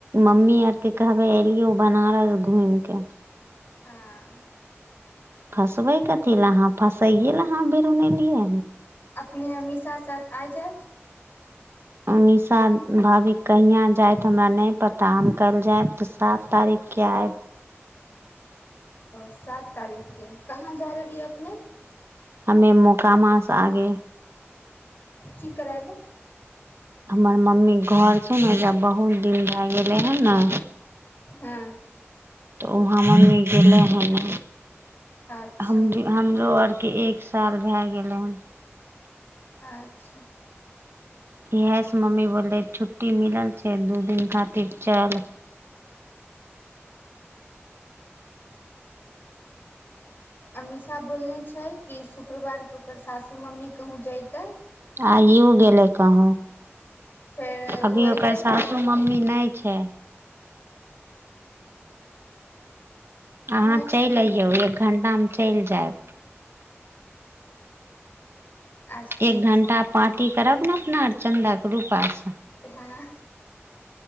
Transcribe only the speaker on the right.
मम्मी आरके कहबै एलियै बनारस घूमि क
फसबै कथी लएहाँ फसैए ल अाँ भर उनलियै
उमशा भाभी कहहिआँ जायत हमरा नहि पता हम काल्हि जायब तऽ सात तारीखके आयब
हमे मोकामास आगे
हमर मम्मी घर छै ने जब बहुत दिन भए गेलै हन ने
तऽ उहाँ मम्मी गेलै हन
हम हम जो आर के एक साल भए गेलै हन
इहस मम्मी बोलले छुट्टी मिलल छै दू दिन खातिर चल
आइओ गेलै कहू
अभी
ओकर सासू
मम्मी नहि छै अहाँ
चलि
अइयौ एक घण्टा दाम चलि जाय
एक घण्टा
पार्टी करब ने अपना आओर चन्दाके रूपासँ